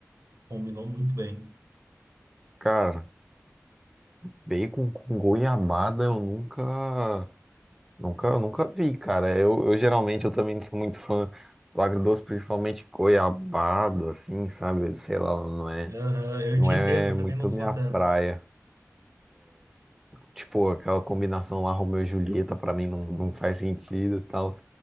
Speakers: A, on the right (about 75°); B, in the centre.
A: Combinou muito bem.
B: cara, bacon com goiabada eu nunca, nunca, nunca vi, cara. Eu, eu geralmente eu também não sou muito fã do agridoce, principalmente goiabada, assim, sabe? Sei lá, não é,
A: Aham, eu
B: não
A: te
B: é
A: entendo, eu
B: muito
A: também não sou
B: minha
A: tanto.
B: praia. Tipo, aquela combinação lá, Romeu e Julieta, pra mim não, não faz sentido e tal.